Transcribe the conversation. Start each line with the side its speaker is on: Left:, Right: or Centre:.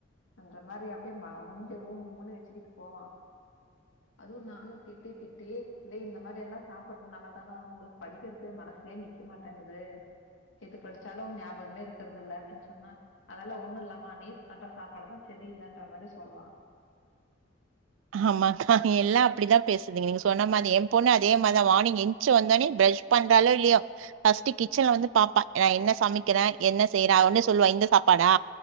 Left: அன்ற மாரி அப்டியே மூஞ்ச உம்முனு வெச்சுக்கிட்டு போவா அதுவு நானு திட்டி திட்டி டே இந்த மாரியெல்லா சாப்பறதுனால தானோ உங்களுக் படிக்கிறது மனசுலே நி க்க மாட்டங்குது எது படிச்சாலு ஞாபகமே இருக்கிறதில்ல அப்டின் சொன்னா அதெல்லா ஒண்ணு இல்லாமா நீர் அதா சாப் பாடுதா செரியில்லன்ற மாரி சொல்வா
Right: ஆமாக்கா எல்லா அப்படிதா பேசுதுங்க நீங்க சொன்ன மாரி அது எ பொண்ணு அதே மாதா மானிங் எந்ச்சு வந்தோனே ப்ரெஷ் பண்றாலோ இல்லியோ பஸ்ட்டு கிச்சன்ல வந்து பாப்பே நா என்ன சமைக்கிறே என்ன செய்றா அவ வந்து சொல்வா இந்த சாப்பாடா